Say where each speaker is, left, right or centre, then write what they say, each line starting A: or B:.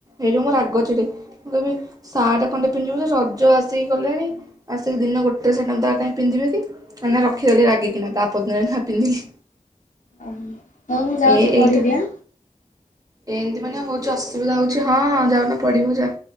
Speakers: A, on the right (about 25°); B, on the left (about 65°).
A: ଏଇଠୁ ମୋ ରାଗ ଚିଡେ ମୁଁ କହିବି ସାର୍ଟ ଖଣ୍ଡେ ପିନ୍ଧିବୁ ଯେ ସଜ ଆସିକି କଲାଣି। ଆସିକି ଦିନ ଗୋଟେ ସୋତା ଆଉ କାହିଁ ପିନ୍ଧିବେ କି ନା ରଖିଦେଲି ରାଗିକିନା ତାପରଦିନ ଯାଇ ନାଁ ପିନ୍ଧିଲି।
B: ଓହୋ ହଉ ମୁଁ ଯାଉଛି
A: ଏ
B: ପଢିବି
A: ଏଇଟା
B: ଆ?
A: ଏମିତି ମାନେ ହେଉଛି ଅସୁବିଧା ହେଉଛି ହଁ ହଁ ଯାଉନା ପଢିବ ଯା।